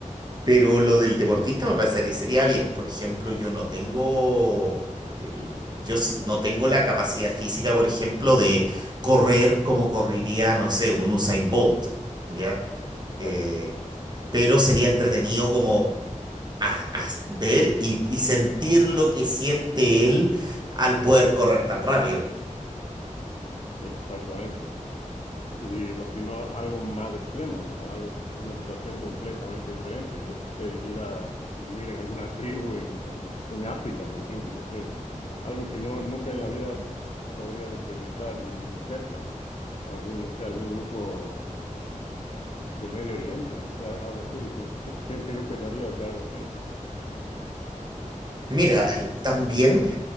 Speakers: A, on the right; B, on the left.
A: Pero lo del deportista me parecería sería bien. Por ejemplo, yo no tengo el- yo sí- no tengo la capacidad física, por ejemplo, de correr como correría, no sé, un Usain Bolt, ¿ya?
B: exacto.
A: Eh, pero sería entretenido como a- a ver y, y sentir lo que siente él al poder correr tan rápido.
B: Exactamente. Y, o si no, algo más extremo, como algo, una situación completamente diferente. Yo que sé, ir a vivir en alguna <laughs> tribu en, en, en África, por ejemplo, no sé, algo que no, nunca en la vida podrías experimentar, ni, ni cerca. O algún, no sé, algún grupo del Medio Oriente, no sé, al- algo así. Te- ¿Qué, qué, qué opinarías de algo así?
A: Mira, también,